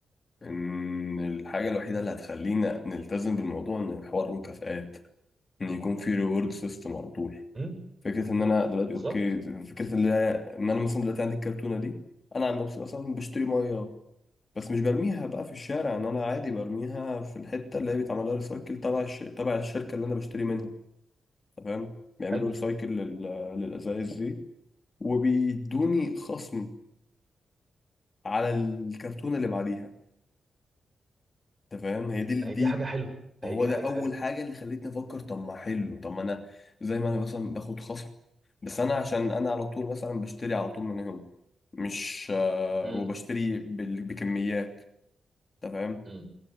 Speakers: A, on the left (about 40°); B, on the right (about 30°).
A: إن الحاجة الوحيدة اللي هتخلينا نلتزم بالموضوع إن حوار المكافآت ان يكون في ريورد سيستم على طول
B: امم
A: فكره ان انا دلوقتي
B: بالظبط
A: اوكي فكره ان انا إن أنا مثلا دلوقتي عندي الكرتونه دي انا عن نفسي مثلا بشتري ميه بس مش برميها بقى في الشارع ان انا عادي برميها في الحته اللي هي بيتعمل لها ريسايكل تبع الش... تبع الشركه اللي انا بشتري منها تمام بيعملوا
B: حلو
A: ريسايكل لل... للازايز دي وبيدوني خصم على الكرتونه اللي بعديها انت فاهم هي دي
B: هي
A: دي
B: دي حاجه حلوه
A: ما
B: هي
A: هو
B: دي
A: ده
B: حاجه
A: اول
B: حلوه
A: حاجه اللي خلتني افكر طب ما حلو طب ما انا زي ما انا مثلا باخد خصم بس انا عشان انا على طول مثلا بشتري على طول من هنا مش آه،
B: امم
A: وبشتري بال- بكميات انت فاهم
B: امم